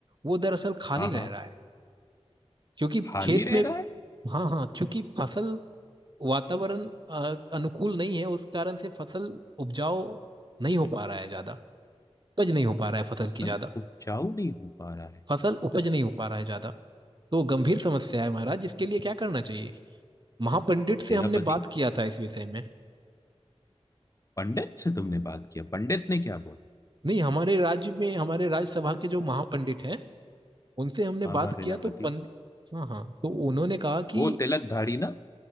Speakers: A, on the right (about 45°); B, on the left (about 30°).
A: वो दरअसल खाली
B: हाँ
A: रह
B: हाँ,
A: रहा है क्योंकि
B: खाली
A: खेत
B: रह
A: में
B: रहा है
A: हाँ हाँ क्योंकि फसल वातावरण अ, अनुकूल नहीं है उस कारण से फसल उपजाऊ नहीं हो पा रहा है ज्यादा उपज नहीं हो पा रहा है फसल
B: फसल
A: की ज्यादा
B: उपजाऊ नहीं हो पा रहा है
A: फसल उपज नहीं हो पा रहा है ज्यादा तो गंभीर समस्या है महाराज इसके लिए क्या करना चाहिए महापंडित से
B: सेनापति
A: हमने बात किया था इस विषय में
B: पंडित से तुमने बात किया पंडित ने क्या बोला
A: नहीं हमारे राज्य में हमारे राज्यसभा के जो महापंडित हैं उनसे हमने
B: हाँ
A: बात
B: हाँ सेनापति
A: किया तो पंड हाँ हाँ तो उन्होंने कहा कि
B: वो तिलकधारी ना